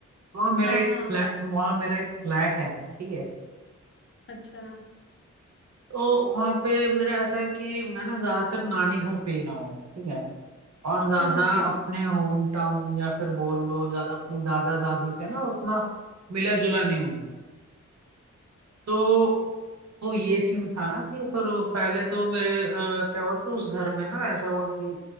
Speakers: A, on the right; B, on the left.
A: वहाँ मेरा
B: हाँ
A: एक
B: हाँ
A: फ्लैट वहाँ मेरा एक फ्लैट है ठीक है
B: अच्छा हम्म
A: तो वहाँ पे मेरा ऐसा है कि मैं ना ज्यादातर नानी घर पे ही रहा हूँ ठीक है और ज्यादा
B: हम्म।
A: अपने होम टाउन या फिर बोल लो ज्यादा अपने दादा दादी से ना उतना मिला जुला नहीं हूँ मैं। तो तो ये सीन था ना कि फिर वो पहले तो मेरे अ, क्या हुआ कि उस घर में ना ऐसा हुआ कि